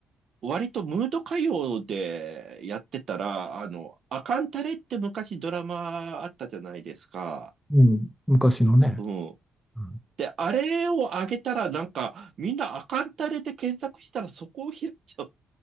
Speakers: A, on the right; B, in the centre.
A: 割とムード歌謡でやってたら、あの、アカンタレって昔ドラマあったじゃないですか。
B: うん、昔のね。
A: うん。
B: う
A: で、あれを上げたらなんか、みんなアカンタレで検索したらそこを開いちゃう。